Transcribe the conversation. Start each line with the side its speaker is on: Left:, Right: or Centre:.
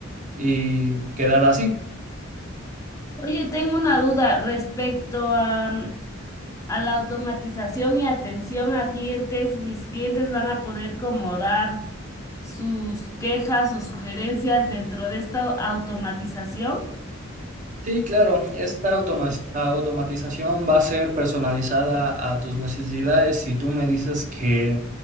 Right: y quedar así.
Left: Oye, tengo una duda respecto a, mm, a la automatización y atención a clientes. ¿Mis clientes van a poder como dar sus quejas o sugerencias dentro de esta automatización?
Right: Sí, claro, esta automa- esta automatización va a ser personalizada a tus necesidades. Si tú me dices que